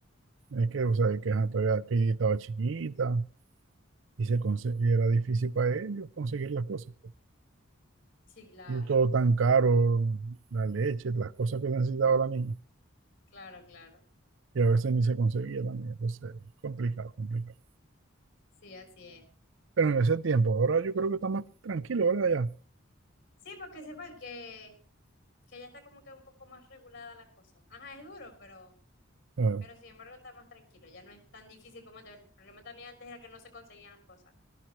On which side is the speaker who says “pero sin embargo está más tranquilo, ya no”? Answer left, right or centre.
Left